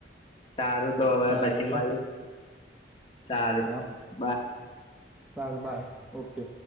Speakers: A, on the left; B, in the centre.
A: સારું તો હવે
B: સારું
A: પછી મારી
B: લો
A: સારું,
B: હા
A: બા
B: સારું, બાય, ઓકે